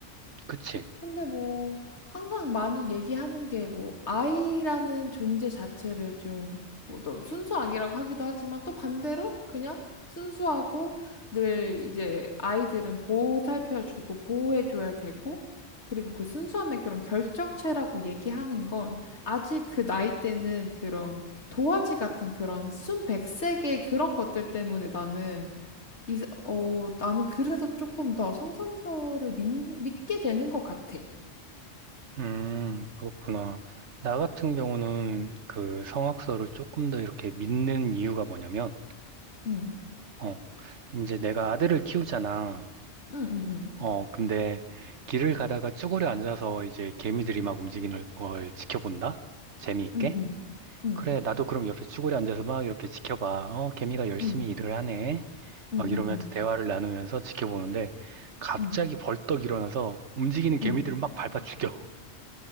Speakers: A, on the right; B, on the left.
A: 그치?
B: 근데 뭐 항상 많이 얘기하는 게 뭐 아이라는 존재 자체를 좀뭐또 순수악이라고 하기도 하지만 또 반대로 그냥 순수하고 늘 이제 아이들은 보살펴주고 보호해줘야 되고 그리고 그 순수함의 그런 결정체라고 얘기하는 건 아직 그 나이 때는 그런 도화지 같은 그런 순백색의 그런 것들 때문에 나는 이, 어, 나는 그래서 조금 더 성선설을 믿, 믿게 되는 것 같아.
A: 음, 그렇구나. 나 같은 경우는 그 성악서를 조금 더 이렇게 믿는 이유가 뭐냐면,
B: 응,
A: 어, 이제 내가 아들을 키우잖아.
B: 응, 응,
A: 어, 근데 길을 가다가 쭈그려 앉아서 이제 개미들이 막 움직이는 걸 지켜본다? 재미있게?
B: 응, 응, 응, 응,
A: 그래, 나도 그럼 옆에 쭈그려 앉아서 막 이렇게 지켜봐. 어, 개미가 열심히
B: 응,
A: 일을 하네.
B: 응,
A: 막
B: 응,
A: 이러면서 대화를 나누면서 지켜보는데 갑자기
B: 응,
A: 벌떡 일어나서 움직이는 개미들을
B: 응.
A: 막 밟아 죽여.